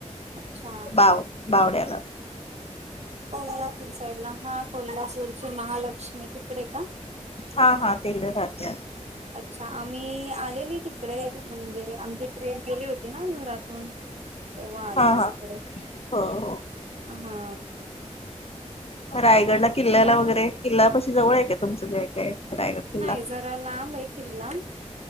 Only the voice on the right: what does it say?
अच्छा
कोल्हापूर साईड ला हा कोल्हापूरची महालक्ष्मी तिकडे का
अच्छा आम्ही आलेली तिकडे म्हणजे आमची ट्रेन गेली होती ना नरात प एव आल्याार
तिकडे
हा
मग
नाही जरा लांब येऐतील लांब